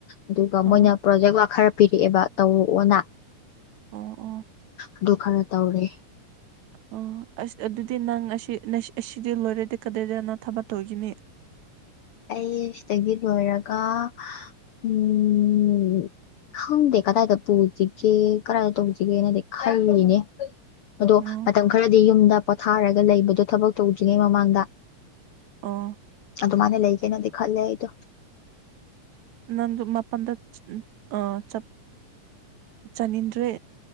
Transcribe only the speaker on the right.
ꯑꯣ
ꯑꯣ ꯑꯣ
ꯑꯣ ꯑꯁ ꯑꯗꯨꯗꯤ ꯅꯪ ꯑꯁꯤ ꯅꯁꯤ ꯑꯁꯤꯗꯤ ꯂꯣꯏꯔꯗꯤ ꯀꯗꯥꯏꯗ ꯅꯪ ꯊꯕꯛ ꯇꯧꯒꯤꯅꯤ
ꯑꯣ
ꯑꯣ
ꯅꯪꯗꯣ ꯃꯄꯟꯗ ꯑ ꯆꯠ ꯆꯅꯤꯡꯗ꯭ꯔꯤ